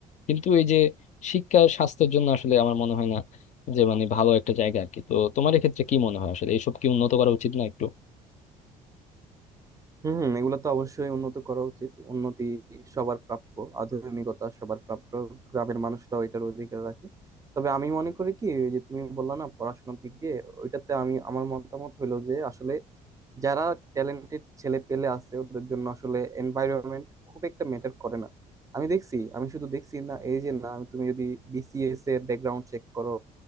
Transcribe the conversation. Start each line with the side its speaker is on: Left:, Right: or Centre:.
Left: কিন্তু এই যে শিক্ষা স্বাস্থ্যের জন্য আসলে আমার মনে হয় না যে মানে ভালো একটা জায়গা আর কি তো তোমার এক্ষেত্রে কি মনে হয় আসলে এইসব কি উন্নত করা উচিত না একটু
Right: হম এগুলো তো অবশ্যই উন্নত করা উচিত উন্নতি সবার প্রাপ্য আধুনিকতা সবার প্রাপ্য গ্রামের মানুষরাও এটার অধিকার রাখে তবে আমি মনে করি কি ওই যে তুমি বললা না পড়াশোনার দিক দিয়ে ওইটাতে আমি আমার মতামত হলো যে আসলে যারা ট্যালেন্টেড ছেলে পেলে আছে ওদের জন্য আসলে এনভায়রনমেন্ট খুব একটা ম্যাটার করে না আমি দেখছি আমি শুধু দেখছি না এই যে না আমি- তুমি যদি বিসিএস এর ব্যাকগ্রাউন্ড চেক করো